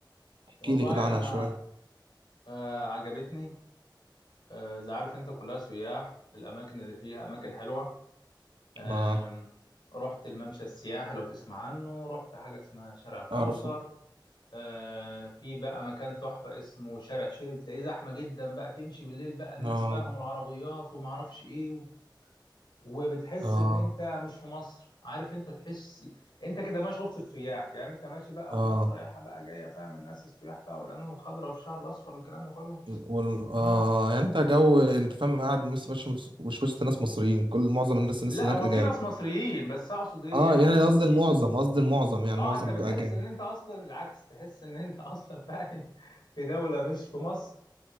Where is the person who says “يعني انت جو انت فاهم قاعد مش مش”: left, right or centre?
Right